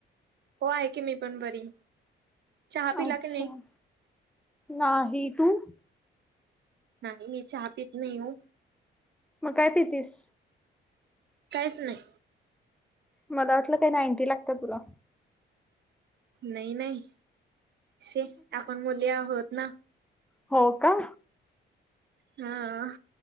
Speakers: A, on the right (about 60°); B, in the centre.
A: हो आहे की मी पण बरी. चहा पिला
B: अच्छा,
A: की नाही
B: नाही तू.
A: नाही मी चहा पीत नाही वो.
B: मग काय पितीस?
A: काहीच नाही.
B: मला वाटलं काय नाईंनटी लागत्या तुला.
A: नाही नाही शे, आपण मुली आहोत ना.
B: हो, का.
A: हा.